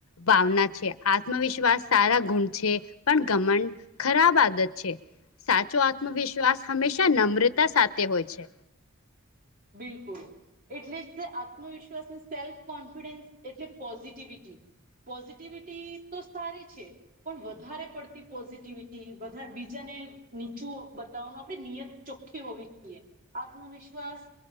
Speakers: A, on the left; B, on the right.
A: ભાવના છે આત્મવિશ્વાસ સારા ગુણ છે પણ ધમંડ ખરાબ આદત છે સાચો આત્મવિશ્વાસ હંમેશા નમ્રતા સાથે હોય છે.
B: બિલકુલ. એટલે જ આત્મવિશ્વાસ સેલ્ફ કોન્ફિડન્સ એટલે પોઝિટિવિટી. પોઝિટિવિટી તો સારી છે પણ વધારે પડતી પોઝિટિવિટી વધારે બીજાને નીચું બતાવવાનું આપણે નિયત ચોખ્ખી હોવી જોઈએ આત્મવિશ્વાસ